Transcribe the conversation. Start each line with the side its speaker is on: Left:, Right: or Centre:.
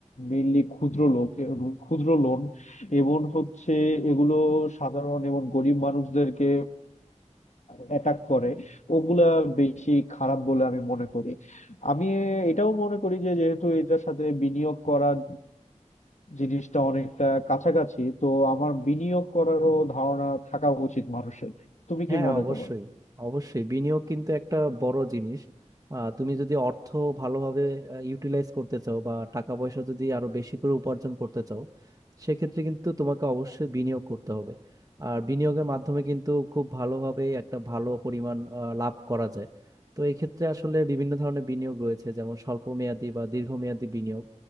Left: মেইনলি ক্ষুদ্র লোক ক্ষুদ্র লোন এবং হচ্ছে এগুলো সাধারণ এবং গরিব মানুষদেরকে অ্যাটাক করে ওগুলা বেশি খারাপ বলে আমি মনে করি আমি এটাও মনে করি যে যেহেতু এটার সাথে বিনিয়োগ করার জিনিসটা অনেকটা কাছাকাছি তো আমার বিনিয়োগ করারও ধারণা থাকা উচিত মানুষের তুমি
Right: হ্যাঁ
Left: কি মনে
Right: অবশ্যই
Left: করো
Right: অবশ্যই বিনিয়োগ কিন্তু একটা বড় জিনিস আহ, তুমি যদি অর্থ ভালোভাবে ইউটিলাইজ করতে চাও বা টাকা পয়সা যদি আরো বেশি করে উপার্জন করতে চাও সেক্ষেত্রে কিন্তু তোমাকে অবশ্যই বিনিয়োগ করতে হবে আর বিনিয়োগের মাধ্যমে কিন্তু খুব ভালোভাবে একটা ভালো পরিমাণ আহ, লাভ করা যায় তো এই ক্ষেত্রে আসলে বিভিন্ন ধরনের বিনিয়োগ রয়েছে যেমন স্বল্প মেয়াদী বা দীর্ঘমেয়াদী বিনিয়োগ